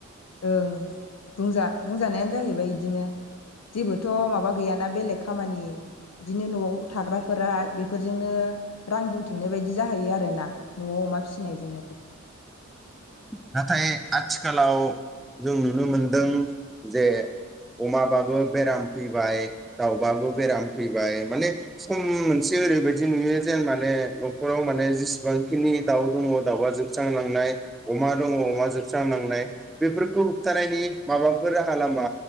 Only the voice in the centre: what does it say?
नाथाय आथिखालाव जों नुनो मोनदों जे अमाबाबो बेराम फैबाय दाउबाबो बेराम फैबाय माने सम मोनसे ओरैबायदि नुयो जेन माने न'खराव माने जेसेबांखिनि दाउ दङ' दाउआ जों जांलांनाय। अमा दङ अमा जोबस्रांलांनाय। बेफोरखौ होबथानायनि। माबाफोर राहा लामा